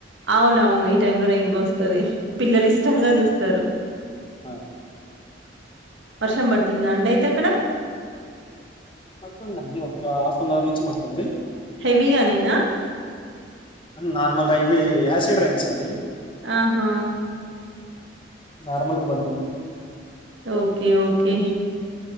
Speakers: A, on the right (about 75°); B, on the left (about 25°).
A: అవునవును ఈ టైం లో రైన్ బో వస్తుంది పిల్లలు ఇష్టంగా చూస్తారు
B: అ
A: వర్షం పడుతుందా అండి అయితే ఎక్కడ
B: పడుతుందండి ఒక హాఫ్ అన్ అవర్ నుంచి మతుంది
A: హెవీగానేనా
B: నార్మల్ రై ఇవి యాసిడ్ రైన్స్ అండి
A: ఆహా
B: నార్మల్గా పడుతుంది
A: ఓకే ఓకే